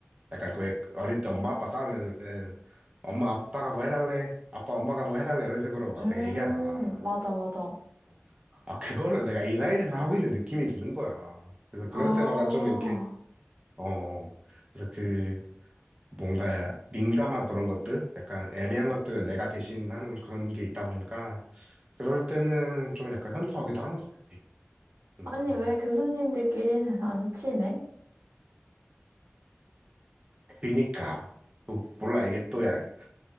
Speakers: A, on the right; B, on the right.
A: 약간 그왜 어릴 때 엄마 아빠 싸우면은 엄마 아빠가 뭐 해달래? 아빠 엄마가 뭐 해달래? 이런 식으로 막
B: 음,
A: 내가 얘기하잖아.
B: 맞아, 맞아.
A: 어. 아, 그거를 내가 이 나이에서 하고 있는 느낌이 드는 거야. 그래서 그럴
B: 아,
A: 때마다 좀 이렇게, 어, 어. 그래서 그 뭔가 민감한 그런 것들, 약간 애매한 것들을 내가 대신하는 그런 게 있다 보니까 그럴 때는 좀 약간 현타오기도 하는 것 같아. 음,
B: 아니,
A: 음.
B: 왜 교수님들끼리는 <laughs> 안 친해?
A: 그니까 또 몰라 이게 또 야-